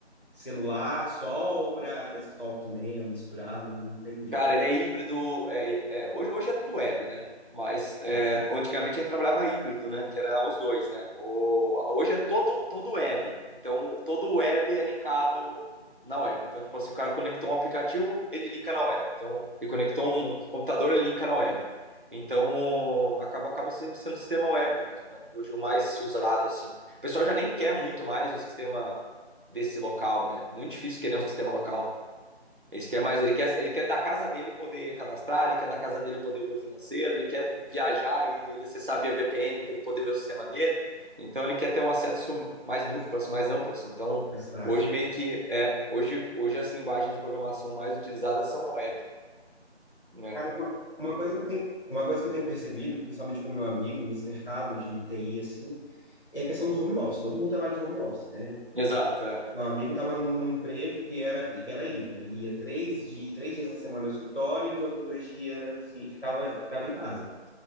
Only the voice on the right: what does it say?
Cara, ele é híbrido. é- é, hoje, hoje é tudo web, né? Mas é,
antigamente a gente trabalhava híbrido, né? Que era os dois, né? O- hoje é todo, todo web. Então, todo web é linkado na web. Então, tipo assim, o cara conectou um aplicativo, ele linka na web. Então, ele conectou um computador, ele linka na web. Então, acaba, acaba sendo, sendo um sistema web mesmo, né? Hoje o mais usado, assim. O pessoal já nem quer muito mais o sistema desse local, né? Muito difícil querer um sistema local. Ele quer mais, ele quer, ele quer da casa dele poder cadastrar, ele quer da casa dele poder ver o financeiro, ele quer viajar e ele acessar via VPN para ele poder ver o sistema dele. Então ele quer ter um acesso mais múltiplo, assim, mais amplo. Assim. Então
hoje meio que é, hoje, hoje as linguagens de programação mais utilizadas são web, né?
Exato, é.